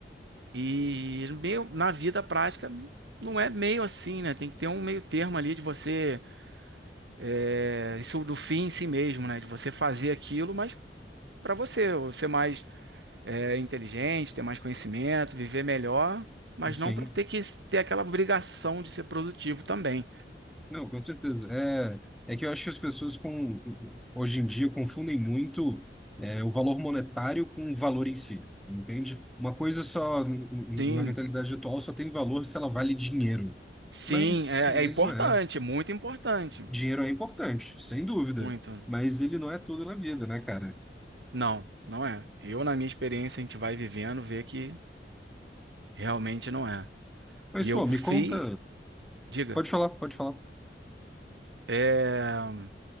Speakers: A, on the right; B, in the centre.
A: E meio, na vida prática não é meio assim, né? Tem que ter um meio termo ali de você. é, isso do fim em si mesmo, né? De você fazer aquilo, mas para você, ou ser mais é, inteligente, ter mais conhecimento, viver melhor, mas
B: sim.
A: não para ter que ter aquela obrigação de ser produtivo também.
B: Não, com certeza. É, é que eu acho que as pessoas com, hoje em dia confundem muito é, o valor monetário com o valor em si, entende? Uma coisa só, n- n-
A: Sim,
B: na mentalidade atual, só tem valor se ela vale dinheiro.
A: sim,
B: Mas,
A: é,
B: mas
A: é importante,
B: não é.
A: muito importante.
B: Dinheiro é importante, sem dúvida.
A: Muito.
B: Mas ele não é tudo na vida, né, cara?
A: Não, não é. Eu, na minha experiência, a gente vai vivendo, vê que realmente não é.
B: Mas,
A: E
B: pô,
A: eu
B: me
A: fui.
B: conta.
A: Diga.
B: Pode falar, pode falar.
A: É,